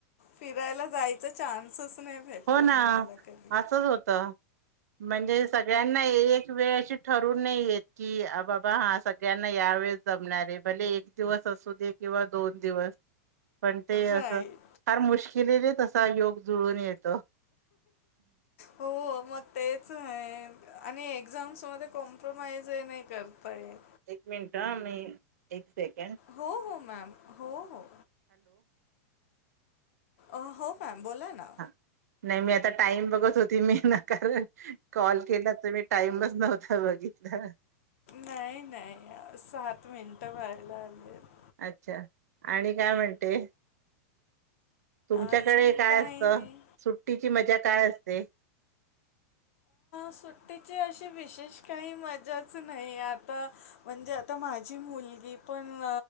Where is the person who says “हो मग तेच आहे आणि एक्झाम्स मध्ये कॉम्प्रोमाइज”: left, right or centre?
Left